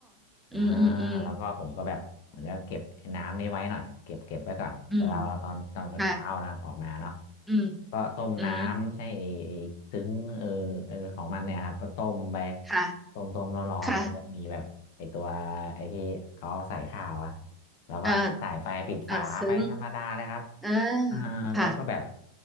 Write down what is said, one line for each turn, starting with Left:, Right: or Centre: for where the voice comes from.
Left: อ่า
Centre: อืมอืมอืม
Left: แล้วก็ผมก็แบบเหมือนจะเก็บไอ้น้ำนี้ไว้หน่อยเก็บเก็บไว้ก่อนเวลาเราตอนตอนเช้านะครับออกมาเนาะ
Centre: อืมค่ะอืม
Left: ก็ต้มน้ำใช่ไอ้ไอ้ซึ้งเออเออของมันเนี่ยครับก็ต้มไป
Centre: อืมค่ะ
Left: ต้มต้มร้อนๆแล้วก็จะมีแบบไอ้ตัว
Centre: ค่ะ
Left: ไอ้ที่เขาเอาใส่ข้าวอะแล้วก็ใส่ไปปิดฝาไปธรรมดาเลยครับ
Centre: เออเออซึ้งเออ
Left: อ่าแล้วก็แบบ
Centre: ค่ะ